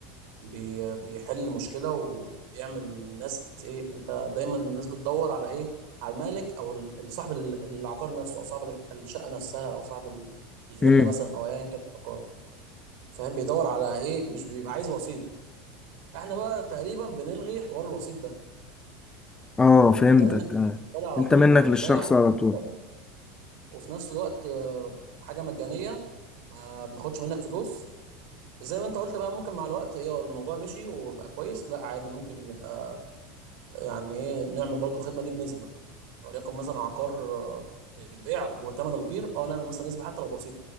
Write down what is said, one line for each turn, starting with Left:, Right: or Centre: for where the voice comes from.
Right: بي بيحل مشكلة وبيعمل الناس ايه انت دايما الناس بتدور على ايه على المالك او ال- ال- صاحب ال- العقار نفسه او صاحب ال- الشقة نفسها او صاحب ال- الفيلا
Left: مم.
Right: مثلا او ايا كان العقار فاهم بيدور على ايه مش بيبقى عايز وسيط احنا بقى تقريبا بنلغي حوار الوسيط ده
Left: اه فهمتك
Right: انت منك للمشتري
Left: آه.
Right: على
Left: انت
Right: طول
Left: منك
Right: او للبايع
Left: للشخص
Right: او
Left: على
Right: للمستأجر
Left: طول
Right: وفي نفس الوقت آه، حاجة مجانية ما بناخدش منك فلوس زي ما انت قلت بقى ممكن مع الوقت ايه آه، الموضوع مشي وبقى كويس لا عادي ممكن نبقى يعني ايه نعمل برضو الخدمه دي بنسبه وليكن مثلا عقار آه، البيع وثمنه كبير اه نعمل مثلا نسبه حتى لو بسيطه